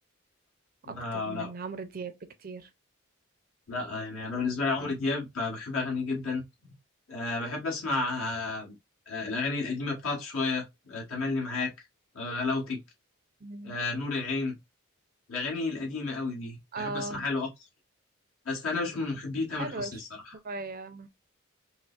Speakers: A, on the left; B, on the right.
A: لا
B: اكتر من
A: لا
B: عمرو دياب بكتير
A: لا يعني انا بالنسبة لي عمرو دياب آه، بحب اغانيه جدا آه بحب اسمع آه آه، الاغاني القديمة بتاعته شوية آه تملي معاك آه غلاوتك
B: مم.
A: آه نور العين الاغاني القديمة قوي دي
B: اه
A: بحب اسمعها له اكتر بس انا مش من محبي تامر
B: حلوة
A: حسني الصراحة
B: شوية